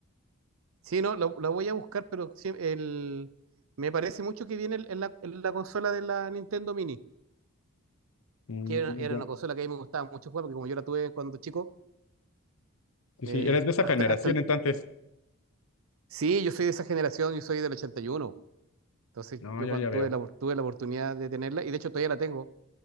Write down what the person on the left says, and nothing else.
Mm,
ya.
Sí,
sí, eres de esa
generación
entonces.
No,
ya,
ya
veo.